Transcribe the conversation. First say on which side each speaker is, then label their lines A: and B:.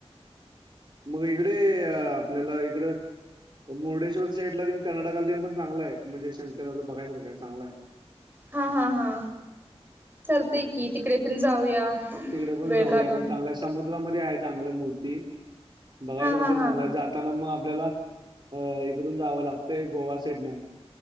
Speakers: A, on the right; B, on the right.
A: मग इकडे आपल्याला इकड मुर्डेश्वर साईड ला करर्नाका म पण चगलाय म्हणजे शंकराचं बघायसार काय चांगलाय.
B: हा हा हा चालतंय की तिकडे पण जाऊया.
A: तिकडे पण
B: वेळ
A: जाऊया
B: काढून
A: मग चांगल समुद्रामध्ये आहे चांगल्या मूर्ती बघायसारखं
B: हा हा
A: चांगल
B: हा
A: आहे जात. त्याना मग आपल्याला अ इकडून जावं लागतंय गोवा साईडन